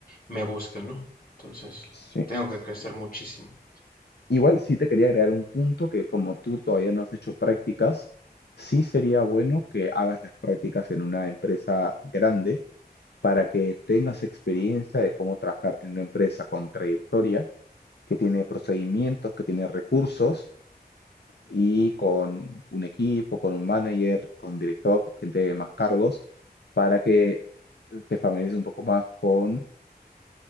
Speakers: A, on the left; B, on the left.
A: me busquen, ¿no? Entonces,
B: Sí,
A: tengo que crecer muchísimo.
B: Igual sí te quería agregar un punto que como tú todavía no has hecho prácticas, sí sería bueno que hagas las prácticas en una empresa grande para que tengas experiencia de cómo trabajar en una empresa con trayectoria que tiene procedimientos, que tiene recursos y con un equipo, con un manager, con director, con gente de más cargos, para que te familiarices un poco más con